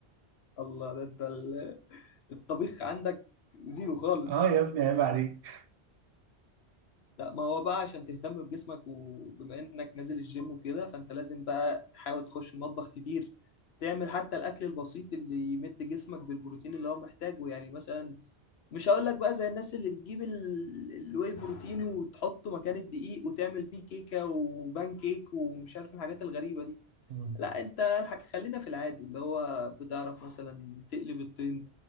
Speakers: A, on the left (about 70°); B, on the right (about 65°).
A: الله ده انت ال- الطبيخ عندك زيرو خالص
B: اه يا ابني عيب عليك
A: لا ما هو بقى عشان تهتم بجسمك وبما انك نازل الجيم وكده فانت لازم بقى تحاول تخش المطبخ كتير تعمل حتى الاكل البسيط اللي يمد جسمك بالبروتين اللي هو محتاجه يعني مثلا مش هقول لك بقى زي الناس اللي بتجيب ال- الواي بروتين وتحطه مكان الدقيق وتعمل بيه كيكة وبان كيك ومش عارف الحاجات الغريبة دي
B: مم.
A: لا انت الحاج خلينا في العادي اللي هو بتعرف مثلا تقلب الطين